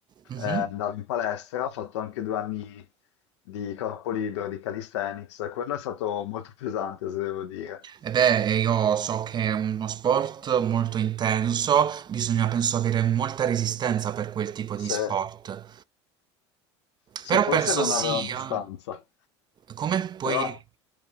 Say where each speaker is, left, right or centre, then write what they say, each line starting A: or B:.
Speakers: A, on the right; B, on the left.
A: mhm.
B: eh, andavo in palestra, ho fatto anche due anni di corpo libero, di calisthenics, quello è stato molto pesante, se devo dire.
A: E beh, io so che è uno sport molto intenso, bisogna penso avere molta resistenza per quel tipo di
B: Se,
A: sport.
B: sì,
A: Però
B: forse
A: penso
B: non
A: sia...
B: aveva abbastanza,
A: Come puoi,
B: però